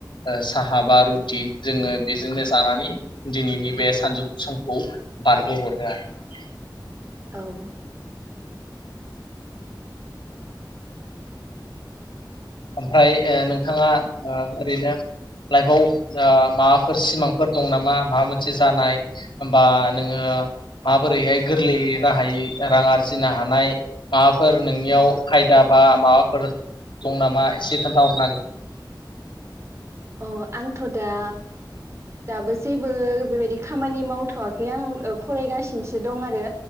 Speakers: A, on the left (about 85°); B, on the right (about 35°).
A: ओ सा हा बा रुटि जोङो बेजोंनो जानानै दिनैनि बे सानजौ समखौ बारहोहरो आरो
B: औ
A: ओमफ्राय ओ नोंथाङा ओ ओरैनो लाइफआव ओ माबाफोर सिमांफोर दं नामा माबा मोनसे जानाय बा नोङो माबोरैहाय गोरलैयै राहायै रां आरजिनो हानाय माबाफोर नोंनियाव खायदा बा माबाफोर दं नाम मा इसे खोनथाहरनो हागोन नामा?
B: अ आंथ दा दाबो जेबो बेबायदि खामानि मावथवाखै आं ओ फरायगासिनोसो दं आरो